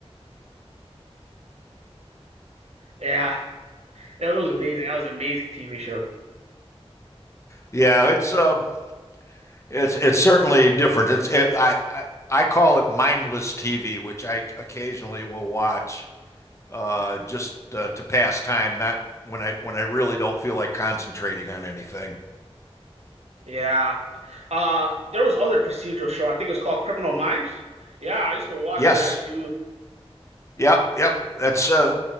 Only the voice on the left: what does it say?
yeah. It's um It's it's certainly different. It's it, I, I I call it mindless TV, which I occasionally will watch uh, just uh, to pass time, not when I when I really don't feel like concentrating on anything.
Yes,
yep, yep. That's uh,